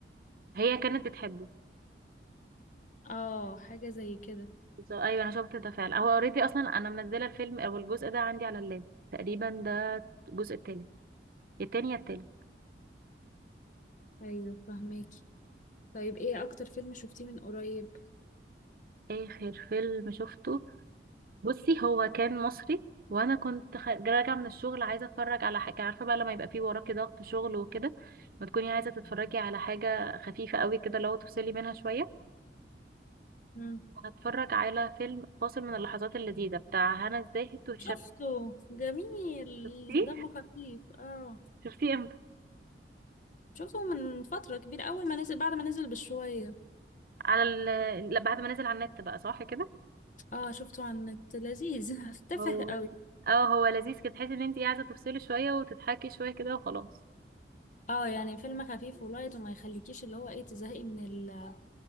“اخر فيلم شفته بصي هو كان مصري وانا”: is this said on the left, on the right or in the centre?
Right